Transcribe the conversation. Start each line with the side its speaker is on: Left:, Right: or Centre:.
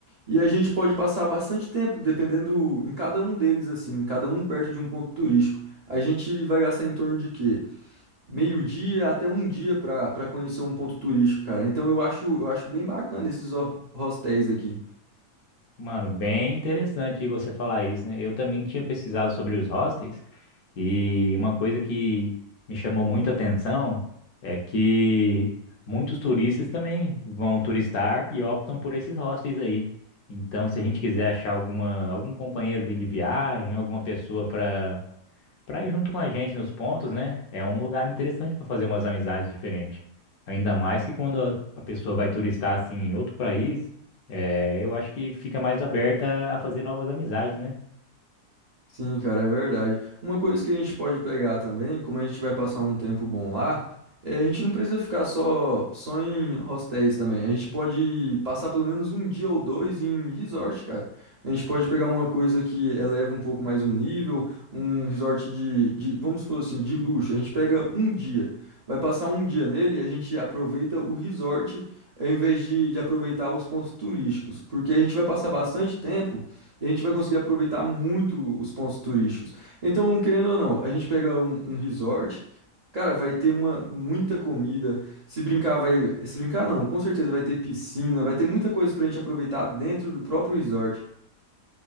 Right: E a gente pode passar bastante tempo, dependendo em cada um deles, assim, cada um perto de um ponto turístico. A gente vai gastar em torno de quê? Meio-dia até um dia para para conhecer um ponto turístico, cara. Então eu acho, eu acho bem bacana esses ho- hostéis aqui.
Left: Mano, bem interessante você falar isso, né? Eu também tinha pesquisado sobre os hostels e uma coisa que me chamou muito a atenção é que muitos turistas também vão turistar e optam por esses hostels aí. Então, se a gente quiser achar alguma, algum companheiro ali de viagem, alguma pessoa para para ir junto com a gente nos pontos, né? É um lugar interessante para fazer umas amizades diferentes. Ainda mais que quando a a pessoa vai turistar assim em outro país, é, eu acho que fica mais aberta a fazer novas amizades, né?
Right: Sim, cara, é verdade. Uma coisa que a gente pode pegar também, como a gente vai passar um tempo bom lá, é, a gente não precisa ficar só só em hostéis também. A gente pode passar pelo menos um dia ou dois em resort, cara. A gente pode pegar uma coisa que eleva um pouco mais o nível, um resort de, de, vamos supor assim, de luxo. A gente pega um dia, vai passar um dia nele e a gente aproveita o resort ao invés de, de aproveitar os pontos turísticos, porque a gente vai passar bastante tempo. E a gente vai conseguir aproveitar muito os pontos turísticos. Então, querendo ou não, a gente pega um, um resort, cara, vai ter uma muita comida. Se brincar, vai. Se brincar, não, com certeza vai ter piscina, vai ter muita coisa pra gente aproveitar dentro do próprio resort.